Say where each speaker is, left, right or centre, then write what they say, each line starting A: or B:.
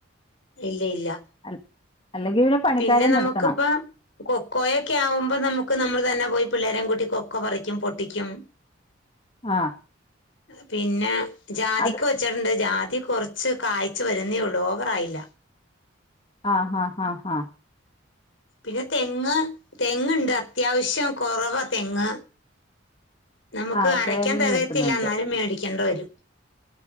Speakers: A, on the left; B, on the left.
A: ഇല്ല ഇല്ല.
B: അൽ അല്ലെങ്കിൽ പണിക്കാരെ
A: പിന്നെ നമുക്കിപ്പ
B: നിർത്തണം
A: കൊക്കോയൊക്കെ ആവുമ്പോ നമുക്ക് നമ്മൾ തന്നെ പോയി പിള്ളേരേം കൂട്ടി കൊക്കോ പറിക്കും പൊട്ടിക്കും
B: ആഹ്
A: പിന്നെ ജാതിക്ക
B: അത്
A: വെച്ചിട്ട്ണ്ട് ജാതി കൊറച്ച് കായ്ച്ച് വരുന്നേ ഉള്ളൂ ഓവറായില്ല.
B: ആ ഹാ ഹാ ഹാ
A: പിന്നെ തെങ്ങ് തെങ്ങ്ണ്ട് അത്യാവശ്യം കൊറവാ തെങ്ങ്. നമുക്ക്
B: ആഹ്
A: അരയ്ക്കാൻ
B: തേങ്ങ
A: തെകയത്തില്ല
B: കിട്ടുന്നുണ്ട്
A: എന്നാലും മേടിക്കേണ്ട വരും